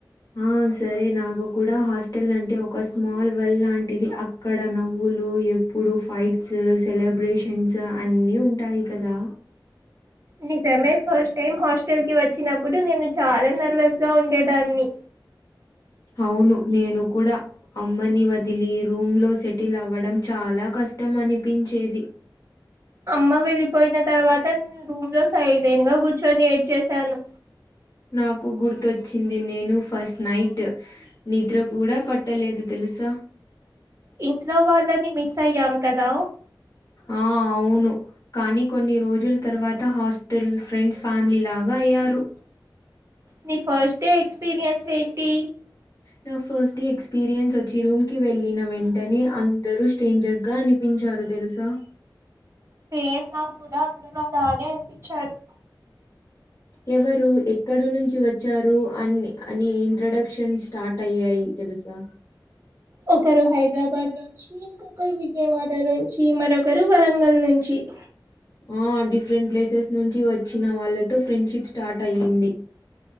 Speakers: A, on the left; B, on the right.
A: ఆ సరే నాకు కూడా హాస్టల్ అంటే ఒక స్మాల్ వెల్ లాంటిది అక్కడ నవ్వులు ఎప్పుడు ఫైట్స్ సెలబ్రేషన్స్ అన్ని ఉంటాయి కదా
B: నిజమే ఫస్ట్ టైమ్ హాస్టల్ కి వచ్చినప్పుడు నేను చాలా నర్వస్ గా ఉండేదాన్ని
A: అవును నేను కూడా అమ్మని వదిలి రూమ్ లో సెటిల్ అవ్వడం చాలా క ష్టం అనిపించేది
B: అమ్మ వెళ్ళిపోయిన తర్వాత రూమ్ లో సైలన్గా కూర్చొని ఏడ్చేసాను
A: నాకు గుర్తొచ్చింది నేను ఫస్ట్ నైట్ నిద్ర కూడా పట్టలేదు తెలు ఇసా
B: ఇంట్లో వాళ్ళని మిస్ అయ్యాం కదా
A: ఆ అవును కానీ కొన్ని రోజుల తర్వాత హాస్టల్ ఫ్రెండ్స్ ఫ్యామిలీ లాగా అయ్యారు
B: నీ ఫస్ట్ డే ఎక్స్పీరియన్స్ ఏంటి
A: నా ఫస్ట్ డే ఎక్స్పీరియన్స్ వచ్చి రూమ్ కి వెళ్ళిన వెంటనే అందరూ స్ట్రేంజర్స్ గా అనిపించారు తెలుసా
B: సేమ్ నాకు కూడా అందులో అలానే అనిపించారు
A: ఎవరు ఎక్కడ నుంచి వచ్చారు అని అని ఇంట్రడక్షన్ స్టార్ట్ అయ్యాయి తెల్సా
B: ఒకరు హైదరాబాద్ నుంచి ఇంకొకరు విజయవాడ నుంచి మరొకరు వరంగల్ నుంచి కి
A: ఆ డిఫరెంట్ ప్లేసెస్ నుంచి వచ్చిన వాళ్ళతో ఫ్రెండ్షిప్ స్టార్ట్ అయ్యింది